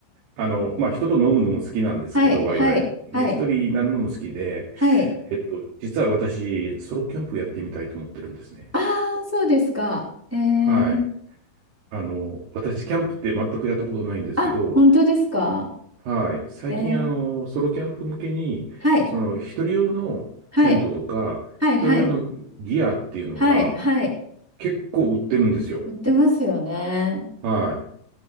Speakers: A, on the right (about 60°); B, in the centre.
A: あの、まあ、人と飲むのも好きなんですけど、
B: はい、はい、
A: ワイワイ。ね、
B: はい、
A: 一人になるのも好きで、
B: はい。
A: えっと、実は私、ソロキャンプやってみたいと思ってるんですね。
B: ああ、そうですか。えー、
A: はい。あの、私、キャンプって全くやったことないんですけど、
B: あ、本当ですか
A: はい。最近、
B: えー、
A: あの、ソロキャンプ向けに、
B: はい、
A: その、一人用のテントとか、
B: はい、はい、
A: 一人用のギアっていうのが、
B: はい、はい、はい。
A: 結構売ってるんですよ。
B: 売ってますよね。
A: はい。